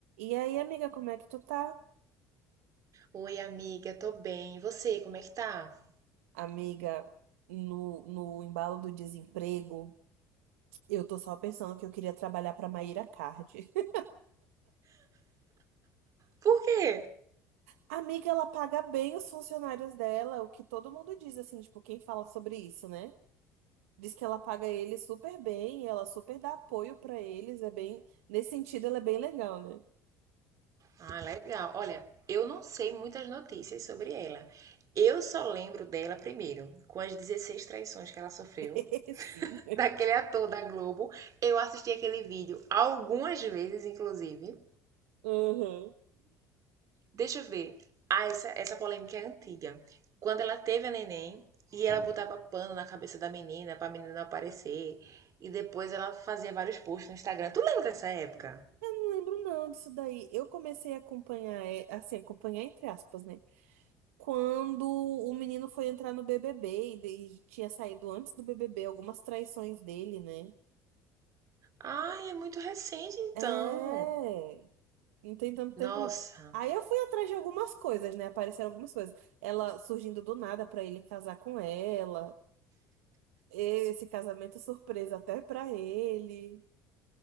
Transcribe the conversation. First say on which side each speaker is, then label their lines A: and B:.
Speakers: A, on the right (about 80°); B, on the right (about 50°).
A: E aí, amiga, como é que tu tá?
B: Oi, amiga, tô bem. E você, como é que tá?
A: Amiga, no, no embalo do desemprego, eu tô só pensando que eu queria trabalhar pra Maíra Card. <laughs>
B: Por quê?
A: Amiga, ela paga bem os funcionários dela, o que todo mundo diz, assim, tipo, quem fala sobre isso, né? Diz que ela paga eles super bem, ela super dá apoio pra eles, é bem... Nesse sentido, ela é bem legal, né?
B: Ah, legal. Olha, eu não sei muitas notícias sobre ela. Eu só lembro dela primeiro, com as 16 traições que ela sofreu,
A: <laughs> Sim.
B: <laughs> daquele ator da Globo. Eu assisti aquele vídeo algumas vezes, inclusive.
A: Uhum.
B: Deixa eu ver. Ah, essa, essa polêmica é antiga. Quando ela teve a neném e ela botava pano na cabeça da menina pra menina não aparecer. E depois ela fazia vários posts no Instagram. Tu lembra dessa época?
A: Não lembro não disso daí. Eu comecei a acompanhar, é, assim, acompanhar entre aspas, né? quando o menino foi entrar no BBB e de- tinha saído antes do BBB algumas traições dele, né?
B: Ai, é muito recente então.
A: É. Não tem tanto
B: Nossa,
A: tempo, não. Aí eu fui atrás de algumas coisas, né? Apareceram algumas coisas. Ela surgindo do nada pra ele casar com ela. Esse casamento é surpresa até pra ele.